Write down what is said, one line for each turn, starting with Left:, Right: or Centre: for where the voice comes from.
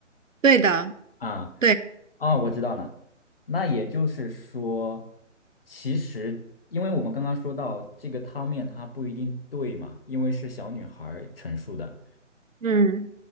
Right: 对的，
Left: 啊。
Right: 对，
Left: 啊，我知道了。那也就是说，其实因为我们刚刚说到这个汤面它不一定对嘛，因为是小女孩儿陈述的。
Right: 嗯